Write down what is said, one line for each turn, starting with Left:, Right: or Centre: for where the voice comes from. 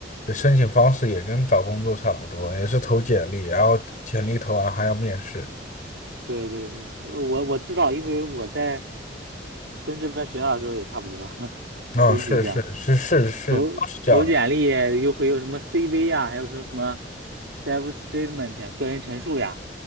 Left: 申请方式也跟找工作差不多，也是投简历，然后简历投完还要面试。
Right: 对对对，我我我知道，因为我在深圳这边学校的时候也差不多，<laughs>
Left: 哦，
Right: 都是这样，
Left: 是是是是是，
Right: 投投简历又会有什么
Left: 都是这样的。
Right: CV 呀、还有什么什么 self statement 呀、个人陈述呀，